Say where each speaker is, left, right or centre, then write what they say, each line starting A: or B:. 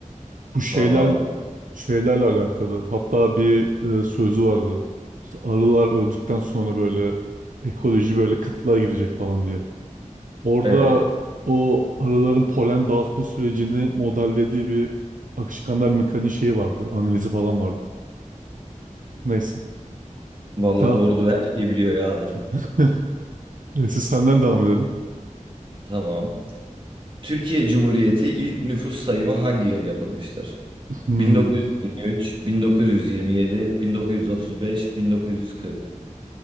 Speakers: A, on the right; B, on the right.
A: Bu şeyler
B: Vallahi
A: şeylerle alakalı. Hatta bir e, sözü vardı. İşte arılar öldükten sonra böyle ekoloji böyle kıtlığa girecek falan diye. Orada
B: evet.
A: o arıların polen dağıtma sürecini modellediği bir akışkanlar mekaniği şeyi vardı. Analizi falan vardı. Neyse.
B: Vallahi
A: Daha.
B: doğrudur. Her şeyi biliyor ya adam.
A: <laughs> Neyse senden devam edelim.
B: Tamam. Türkiye Cumhuriyeti ilk nüfus sayımı hangi yıl yapılmıştır?
A: Hmm.
B: 1923, 1927, 1935, 1940.